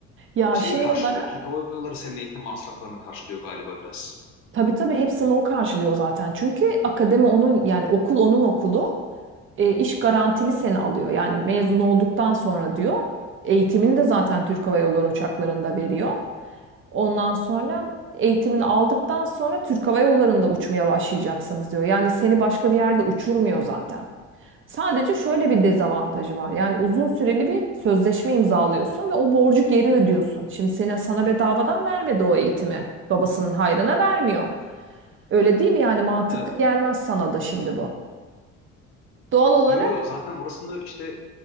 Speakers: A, on the right; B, on the left.
A: Ya
B: şeyi
A: şey
B: karşılıyor.
A: olarak
B: Türk Hava Yolları senin eğitim masraflarını karşılıyor galiba biraz.
A: Tabii tabii hepsini o karşılıyor zaten. Çünkü akademi onun yani okul onun okulu. E, iş garantili seni alıyor. Yani mezun olduktan sonra diyor. Eğitimini de zaten Türk Hava Yolları uçaklarında veriyor. Ondan sonra eğitimini aldıktan sonra Türk Hava Yolları'nda uçmaya başlayacaksınız diyor. Yani seni başka bir yerde uçurmuyor zaten. Sadece şöyle bir dezavantajı var. Yani uzun süreli bir sözleşme imzalıyorsun ve o borcu geri ödüyorsun. Şimdi seni sana bedavadan vermedi o eğitimi. Babasının hayrına vermiyor. Öyle değil mi? Yani mantıklı
B: Evet.
A: gelmez sana da şimdi bu. Doğal olarak
B: Yo yo zaten orasını işte